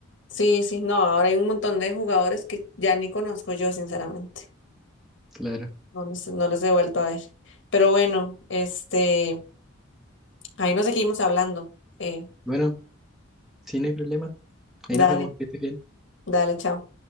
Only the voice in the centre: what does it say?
claro.
Bueno, sí, no hay problema. Ahí
nos vemos, que estés bien.